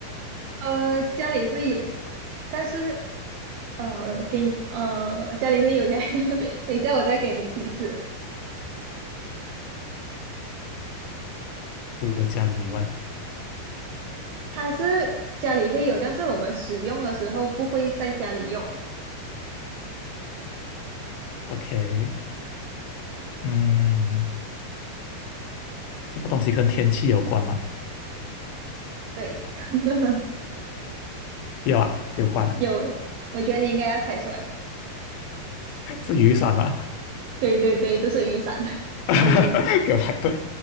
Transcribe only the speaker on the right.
呃，家里会有，但是呃，给你呃家里会有家里，<laughs> 等一下我再给你提示，
它是家里会有，但是我们使用的时候不会在家里用。
对，<laughs>
有，我觉得你应该要猜出来。
对对对，都是雨伞。<laughs>
哎，你很